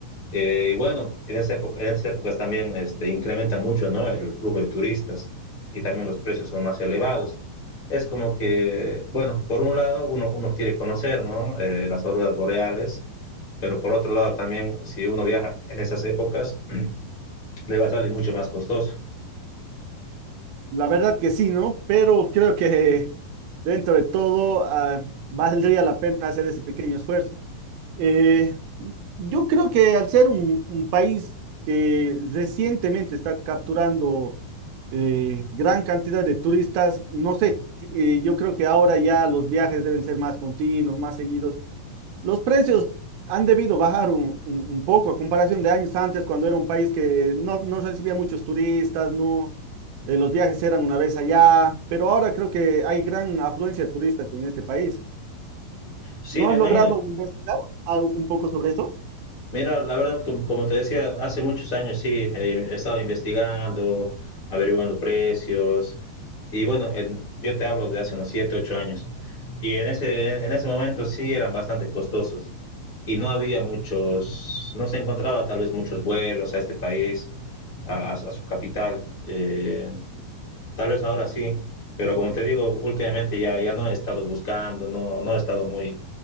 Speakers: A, on the left; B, on the right.
A: eh, y bueno, en, esa época, en esas épocas también este, incrementa mucho ¿no? el flujo de turistas y también los precios son más elevados. Es como que, bueno, por un lado uno, uno quiere conocer ¿no? eh, las auroras boreales, pero por otro lado también si uno viaja en esas épocas <clears throat> le va a salir mucho más costoso.
B: La verdad que sí, ¿no? Pero creo que dentro de todo, ah, valdría la pena hacer ese pequeño esfuerzo. Eh, yo creo que al ser un, un país que recientemente está capturando eh, gran cantidad de turistas, no sé, eh, yo creo que ahora ya los viajes deben ser más continuos, más seguidos. Los precios han debido bajar un, un- un poco a comparación de años antes, cuando era un país que no, no recibía muchos turistas, no, eh, los viajes eran una vez allá, pero ahora creo que hay gran afluencia de turistas en este país.
A: Sí,
B: ¿No
A: me
B: has
A: imagino
B: logrado investigar algo- un poco sobre eso?
A: Mira, la verdad, com- como te decía, hace muchos años sí, he, he estado investigando, averiguando precios, y bueno, en- yo te hablo de hace unos 7, 8 años, y en ese, en ese momento sí eran bastante costosos, y no había muchos, no se encontraba tal vez muchos vuelos a este país, a, a su capital. eh, Tal vez ahora sí, pero como te digo, últimamente ya, ya no he estado buscando, no, no he estado muy,